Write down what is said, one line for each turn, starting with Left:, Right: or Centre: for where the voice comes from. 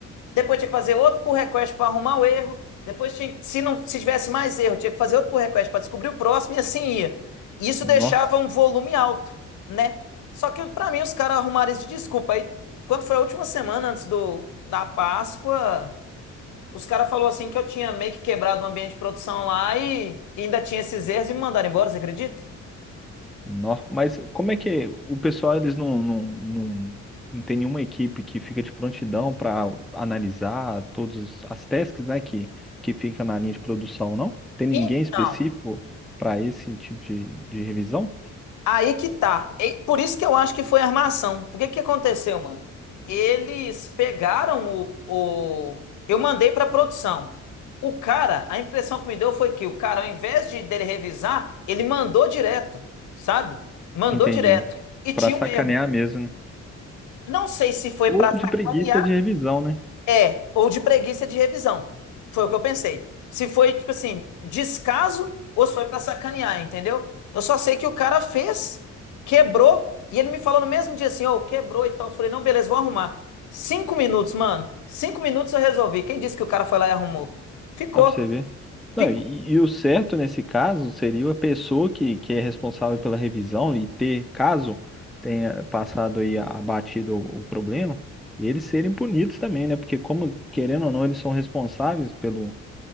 Left: depois tinha que fazer outro pull request para arrumar o erro. Depois tinha, se não, se tivesse mais erro, tinha que fazer outro pull request para descobrir o próximo e assim ia. Isso
Centre: Nossa.
Left: deixava um volume alto, né? Só que para mim os caras arrumaram isso de desculpa. Aí, quando foi a última semana antes do da Páscoa, os caras falou assim que eu tinha meio que quebrado o ambiente de produção lá e, e ainda tinha esses erros e me mandaram embora, você acredita?
Centre: Nó. Mas como é que o pessoal, eles não, não, não, não tem nenhuma equipe que fica de prontidão para analisar todas as tasks, né, que, que fica na linha de produção, não? Tem ninguém
Left: Então,
Centre: específico para esse tipo de, de revisão?
Left: Aí que tá. E por isso que eu acho que foi armação. Por que que aconteceu, mano? Eles pegaram o, o... Eu mandei pra produção. O cara, a impressão que me deu foi que o cara, ao invés de dele revisar, ele mandou direto, sabe? Mandou
Centre: Entendi.
Left: direto. E tinha
Centre: Para sacanear
Left: um erro.
Centre: mesmo, né?
Left: Não sei se foi
Centre: Ou
Left: pra sacanear.
Centre: de preguiça de revisão, né?
Left: É, ou de preguiça de revisão. Foi o que eu pensei. Se foi, tipo assim, descaso ou se foi pra sacanear, entendeu? Eu só sei que o cara fez, quebrou, e ele me falou no mesmo dia assim, ô, quebrou e tal. Eu falei, não, beleza, vou arrumar. Cinco minutos, mano. Cinco minutos eu resolvi. Quem disse que o cara foi lá e arrumou? Ficou,
Centre: Dá pra você ver. Não,
Left: ficou.
Centre: e, e o certo nesse caso seria a pessoa que, que é responsável pela revisão e ter, caso tenha passado aí abatido o, o problema, eles serem punidos também, né? Porque como, querendo ou não, eles são responsáveis pelo,